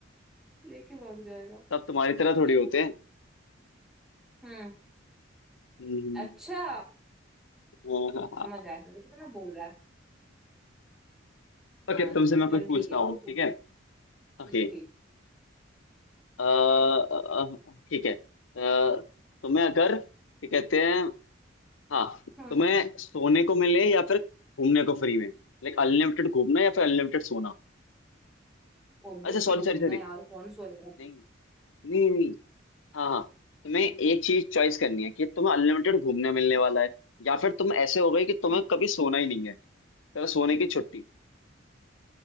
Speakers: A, in the centre; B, on the left.
A: लेके भाग जाएगा
B: तब तुम्हारी तरह थोड़ी
A: चलो
B: होते हैं
A: हम्म
B: हम्म,
A: अच्छा
B: हाँ, हाँ, हाँ।
A: समझ आया था कितना बोल रहा है हाँ
B: ओके
A: नहीं
B: तुमसे
A: तो
B: मैं कुछ
A: चल
B: पूछता
A: ठीक है
B: हूँ
A: तू पूछ
B: ठीक है ओके
A: ठीक ठीक
B: अ, अ, अ, ठीक है अ, तुम्हें अगर क्या कहते हैं हाँ
A: हम्म
B: तुम्हें सोने को मिले या फिर घूमने को फ्री में लाइक अनलिमिटेड घूमना या फिर अनलिमिटेड सोना
A: ऑब्वियसली
B: अच्छा सॉरी सॉरी
A: घूमना
B: सॉरी
A: यार कौन सोएगा
B: नहीं नहीं नहीं हाँ हाँ तुम्हें एक चीज चॉइस करनी है कि तुम्हें अनलिमिटेड घूमने मिलने वाला है या फिर तुम ऐसे हो गए कि
A: हम्म
B: तुम्हें कभी सोना ही नहीं है चलो सोने की छुट्टी